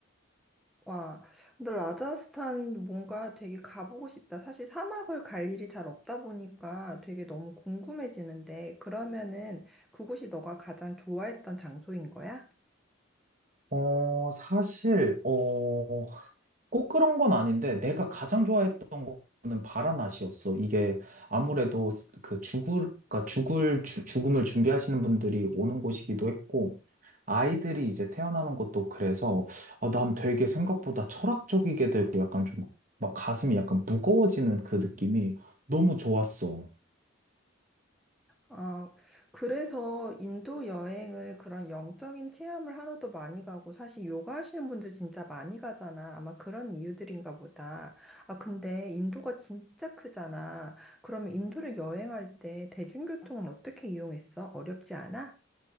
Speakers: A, in the centre; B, on the right.
A: 와, 근데 라자스탄 뭔가 되게 가보고 싶다. 사실 사막을 갈 일이 잘 없다 보니까 되게 너무 궁금해지는데, 그러면은 그곳이 너가 가장 좋아했던 장소인 거야?
B: 어, 사실, 어, 꼭 그런 건 아닌데 내가 가장 좋아했던 거는 바라낫이었어. 이게 아무래도 스- 그 죽을 그러니까 죽을 주- 죽음을 준비하시는 분들이 오는 곳이기도 했고 아이들이 이제 태어나는 것도 그래서 어, 난 되게 생각보다 철학적이게 되고 약간 좀 막 가슴이 약간 무거워지는 그 느낌이 너무 좋았어.
A: 아, 그래서 인도 여행을 그런 영적인 체험을 하러도 많이 가고, 사실 요가 하시는 분들 진짜 많이 가잖아. 아마 그런 이유들인가 보다. 아, 근데 인도가 진짜 크잖아. 그러면 인도를 여행할 때 대중교통은 어떻게 이용했어? 어렵지 않아?